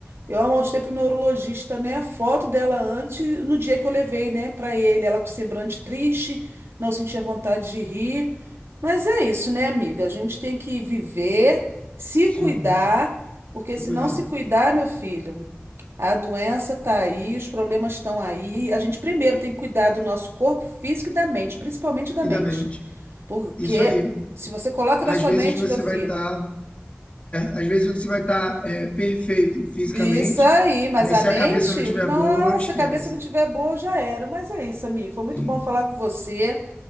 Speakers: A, on the right (about 85°); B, on the left (about 30°).
A: Eu mostrei para o neurologista, né, a foto dela antes, no dia que eu levei, né, para ele, ela com semblante triste, não sentia vontade de rir. Mas é isso, né, amiga? A gente tem que viver, se
B: Sim,
A: cuidar, porque
B: tem
A: se
B: que cuidar.
A: não se cuidar, meu filho. A doença está aí, os problemas estão aí. A gente primeiro tem que cuidar do nosso corpo físico e da mente, principalmente da
B: E
A: mente.
B: da mente.
A: Porque
B: Isso aí.
A: se você coloca
B: Às
A: na sua
B: vezes
A: mente,
B: você
A: meu filho,
B: vai estar, às vezes você vai estar perfeito fisicamente,
A: isso aí, mas
B: mas
A: a
B: se
A: mente,
B: a cabeça não tiver
A: nossa,
B: boa, esquece.
A: a cabeça não tiver boa, já era. Mas é isso, amigo. Foi muito
B: Sim.
A: bom falar com você.